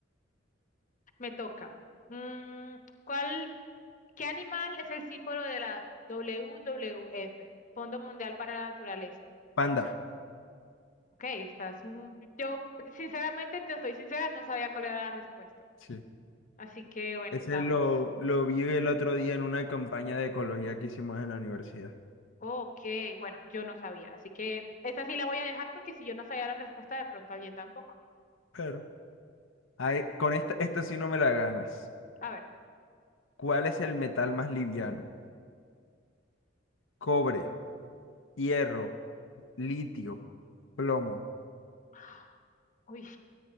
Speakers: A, on the left; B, on the left.
A: me toca. Mm, ¿cuál, qué animal es el símbolo de la WWF? Fondo Mundial para la Naturaleza.
B: Panda.
A: Ok, estás. mu- Yo, sinceramente, te soy sincera, no sabía cuál era la respuesta.
B: Sí.
A: Así que, bueno,
B: Ese
A: estamos.
B: lo, lo vi el otro día en una campaña de ecología que hicimos en la universidad.
A: Ok, bueno, yo no sabía. Así que esta sí la voy a dejar porque si yo no sabía la respuesta, de pronto alguien tampoco.
B: Pero, ay, con esta, esta sí no me la ganas.
A: A ver.
B: ¿Cuál es el metal más liviano? Cobre, hierro, litio, plomo.
A: <gasps> Uy.